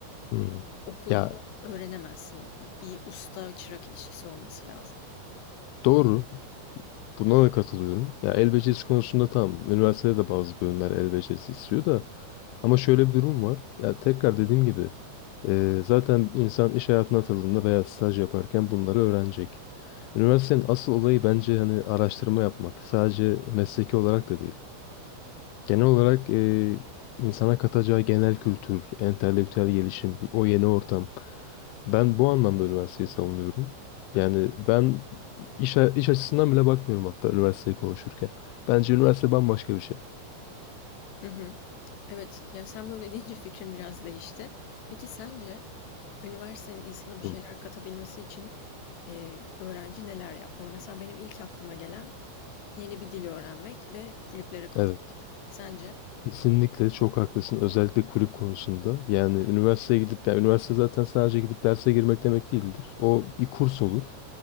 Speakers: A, on the left; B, on the left.
A: Hı.
B: okulda
A: Ya
B: öğrenemezsin. Bir usta çırak ilişkisi olması lazım.
A: doğru. Buna da katılıyorum. Ya el becerisi konusunda tamam. Üniversitede de bazı bölümler el becerisi istiyor da. Ama şöyle bir durum var. Ya tekrar dediğim gibi eee, zaten insan iş hayatına atıldığında veya staj yaparken bunları öğrenecek. Üniversitenin asıl olayı bence hani araştırma yapmak. Sadece mesleki olarak da değil. Genel olarak eee, insana katacağı genel kültür, entelektüel gelişim, bir- o yeni ortam. Ben bu anlamda üniversiteyi savunuyorum. Yani ben iş, a- iş açısından bile bakmıyorum hatta üniversiteyi konuşurken. Bence üniversite bambaşka bir şey.
B: Hı hı. Evet, ya sen böyle <laughs> deyince fikrim biraz değişti. Peki sence üniversitenin insana bir
A: Hı.
B: şeyler katabilmesi için e, öğrenci neler yapmalı? Mesela benim ilk aklıma gelen yeni bir dil öğrenmek ve kulüplere katılmak.
A: Evet,
B: Sence?
A: kesinlikle çok haklısın. Özellikle kulüp konusunda. Yani üniversiteye gidip, yani üniversite zaten sadece gidip derse girmek demek değildir. O bir kurs olur.